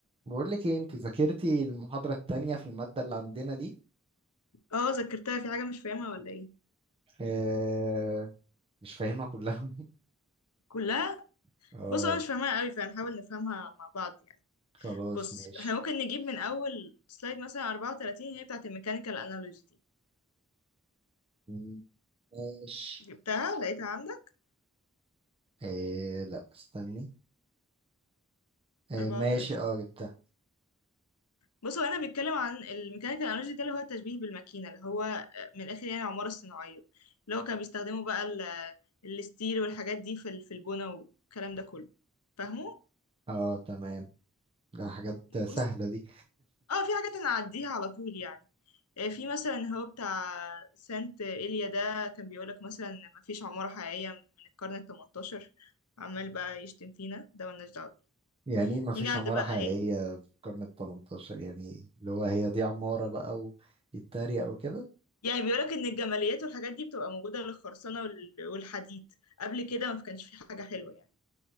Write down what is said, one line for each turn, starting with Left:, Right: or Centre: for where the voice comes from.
Right: بقول لك ايه انت ذاكرتي المحاضرة التانية في المادة اللي عندنا دي
Left: اه ذاكرتها في حاجة مش فاهمها ولا ايه
Right: اه مش فاهمها كلها
Left: كلها
Right: <laughs> اه
Left: بص انا مش فاهمها قوي فهنحاول نفهمها مع بعض يعني
Right: خلاص
Left: بص
Right: ماشي
Left: احنا ممكن نجيب من اول سلايد مثلا 34 هي بتاعت الميكانيكال انالوجي دي
Right: مم، ماشي
Left: جبتها لقيتها عندك
Right: اه لا استني اه
Left: 34
Right: ماشي اه جبتها
Left: بص هو هنا بيتكلم عن الميكانيكال انالوجي ده اللي هو التشبيه بالماكينة اللي هو آه، من الاخر يعني العمارة الصناعية اللي هو كانوا بيستخدموا بقى ال- آه، الستيل والحاجات دي في ال- في البنا والكلام ده كله فاهمه
Right: اه تمام ده حاجات
Left: بص
Right: سهلة دي
Left: اه في حاجات انا اعديها على طول يعني آه، في مثلا هو بتاع سانت إيليا ده كان بيقولك مثلا إن مفيش عمارة حقيقية من القرن التمنتاشر عمال بقى يشتم فينا ده ملناش دعوة بيه
Right: يعني ما فيش
Left: نيجي عند
Right: عمارة
Left: بقى
Right: حقيقية
Left: ايه
Right: في القرن التمنتاشر يعني اللي هو هي دي عمارة بقى ويتريق وكده
Left: يعني بيقولك إن الجماليات والحاجات دي بتبقى موجودة للخرسانة وال- والحديد قبل كده ما كانش في حاجة حلوة يعني